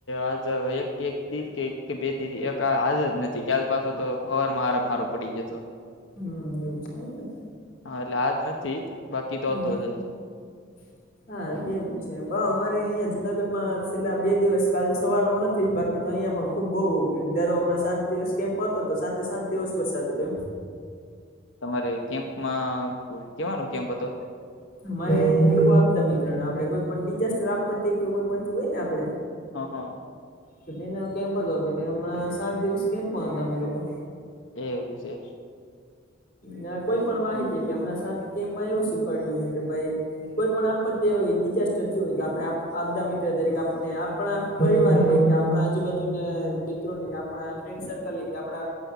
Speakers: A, on the left (about 70°); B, on the left (about 45°).
A: આજ એક એક દી કે એક કે દી એક હા જ નથી ક્યા પાછો તો હવાર મા હાર મારો પડી જતો.
B: હમ્મ એવું છે ને.
A: હા એટલે આજ નથી બાકી તો
B: હમ
A: તો જ
B: <inaudible> હા એવું છે પર અમારે અહિયાં જુનાગઢમાં છેલ્લા બે દિવસ કાલ સવારનો નથી બાકી કે તો અહિયાયા પણ ખુબ બહુ એક ધારો હમણાં સાત દિવસ કેમ્પ આવ હતો સાતે સાત દિવસ વરસાદ હતો એમ.
A: તમારે કેમ્પમાં કેવાનું કેમ્પ હતો.
B: અમારે એવું આપતા મિત્ર આપડે કોઈ પણ ડિઝાસ્ટર આપ કે કોઈ પણ હોય ને આપડે.
A: હા હા.
B: તો તેને કેમ્પ જ હતો હમણાં સાત દિવસ કેમ્પમાં હતા અમે લોકો.
A: એવું છે.
B: ના કોઈ પણ માહિતી એટલે હમણાં પણ એવું શીખવાડ્યું અમને કે ભાઈ કોઈ પણ આપત્તિ હોય ડિઝાસ્ટર હોય તો આપણે આપદ મિત્ર તરીકે આપણે આપણા પરિવારની કે આપણા આજુબાજુને મિત્રોની કે આપણા ફ્રેન્ડસર્કલની કે આપણા